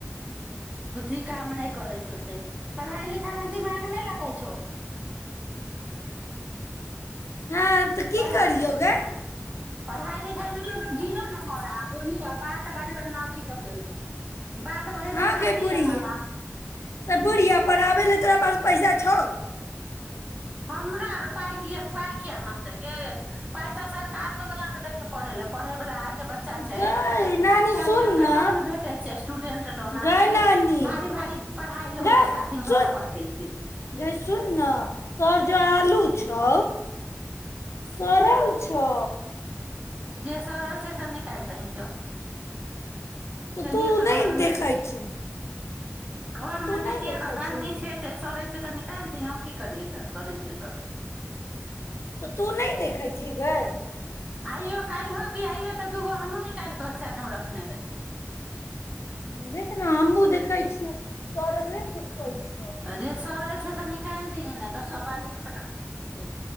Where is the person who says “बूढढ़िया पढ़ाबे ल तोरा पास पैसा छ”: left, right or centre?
Left